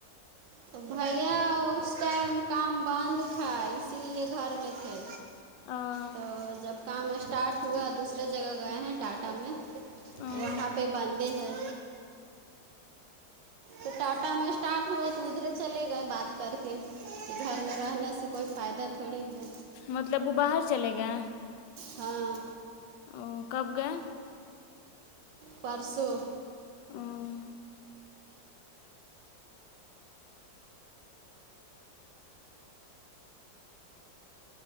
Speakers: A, on the right; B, on the left.
A: تو بھیا اس ٹائم کام بند تھا اس اسی لیے گھر میں تھے
B: ا
A: تو جب کام اسٹارٹ ہوا دوسرے جگہ گئے ہیں ٹاٹا میں
B: ا
A: وہاں پہ بندے ہیں تو ٹاٹا میں اسٹارٹ ہوا تو ادھر چے گئے بات کر کے گھر میں رہنے سے کوئی فائدہ تھوڑی ہے
B: مطلب وہ باہر چلے گئے
A: ہاں
B: او کب گئے
A: پرسوں
B: <inaudible>